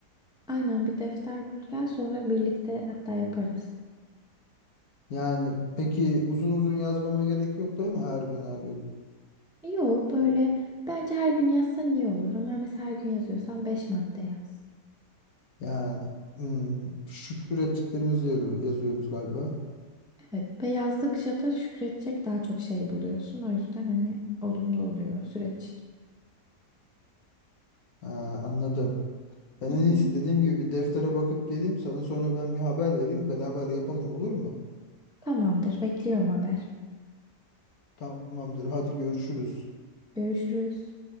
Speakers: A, in the centre; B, on the left.
A: Aynen bir defter bul gel sonra birlikte hatta yaparız.
B: Yani peki uzun uzun yazmama gerek yok değil mi her gün her gün?
A: Yo böyle bence her gün yazsan iyi olur ama mesela her gün yazıyorsan 5 madde yaz.
B: Yani hmm, şükür ettiklerimizi yarı- yazıyoruz galiba.
A: Evet ve yazdıkça da şükredecek daha çok şey buluyorsun o yüzden hani olumlu oluyor süreç.
B: Ha, anladım. Ben
A: Hı
B: en iyisi
A: hı.
B: dediğim gibi bir deftere bakıp geleyim sana sonra ben bir haber vereyim beraber yapalım olur mu?
A: Tamamdır bekliyorum haber.
B: Tamamdır. Hadi görüşürüz.
A: Görüşürüz.